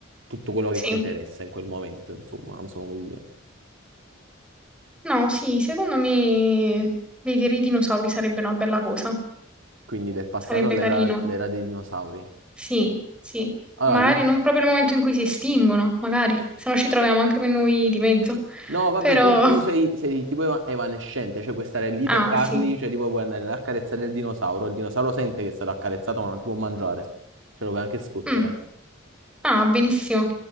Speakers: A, on the right; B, in the centre.
A: tutto quello che
B: sì,
A: ti interessa in quel momento, insomma, non so come dire.
B: no, sì, secondo me vedere i dinosauri sarebbe una bella cosa.
A: Quindi del passato
B: Sarebbe
A: all'era
B: carino.
A: l'era dei dinosauri.
B: Sì, sì.
A: Allora,
B: Magari
A: Luigi
B: non proprio il momento in cui si estinguono, magari, se no ci troviamo anche per noi di mezzo.
A: No, vabbè,
B: Però...
A: tu, tu
B: <laughs>
A: sei, sei tipo eva- evanescente, cioè puoi stare lì,
B: Ah,
A: toccarli,
B: sì.
A: cioè tipo puoi andare ad accarezzare il dinosauro, il dinosauro sente che è stato accarezzato ma non ti può mangiare, ce lo puoi anche sfottere.
B: Mm. Ah, benissimo.